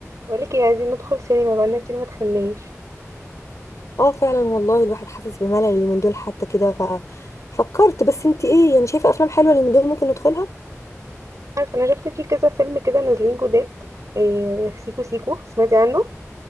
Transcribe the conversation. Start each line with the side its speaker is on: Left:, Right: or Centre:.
Right: بقولك ايه عايزين ندخل سينما بقالنا كتير ما دخلناش
Left: اه فعلا والله الواحد حاسس بملل اليومين دول حتى كده ففكرت بس انت ايه يعني شايفه افلام حلوه اليومين دول ممكن ندخلها
Right: عارف انا شفت فيه كذا فيلم كده نازلين جداد إيه سيكو سيكو سمعتي عنه